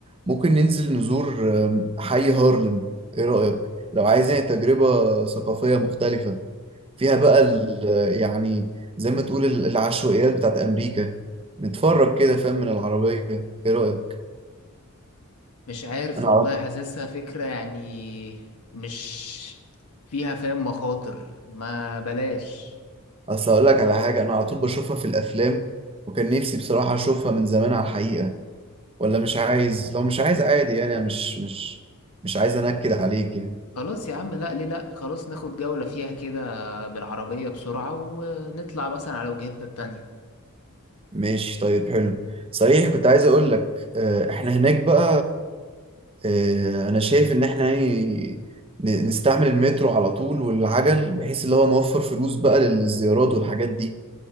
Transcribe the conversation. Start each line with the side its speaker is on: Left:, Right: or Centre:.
Right: ممكن ننزل نزور آم، حي هارلم ايه رأيك لو عايز يعني تجربة ثقافية مختلفة فيها بقى ال- يعني زي ما تقول ال- العشوائيات بتاعت أمريكا نتفرج كده فاهم من العربية إيه رأيك؟
Left: مش عارف
Right: أنا
Left: والله
Right: على-
Left: حاسسها فكرة يعني مش فيها فاهم مخاطر ما بلاش
Right: أصل أقول لك على حاجة أنا على طول بشوفها في الأفلام وكان نفسي بصراحة أشوفها من زمان على الحقيقة ولا مش عايز لو مش عايز عادي يعني أنا مش مش مش عايز أنكد عليك يعني
Left: خلاص يا عم لا ليه لا خلاص ناخد جولة فيها كده بالعربية بسرعة ونطلع مثلا على وجهتنا التانية
Right: ماشي طيب حلو صحيح كنت عايز أقول لك آه، إحنا هناك بقى آه، انا شايف ان احنا يعني ن- نستعمل المترو على طول والعجل بحيث اللي هو نوفر فلوس بقى للزيارات والحاجات دي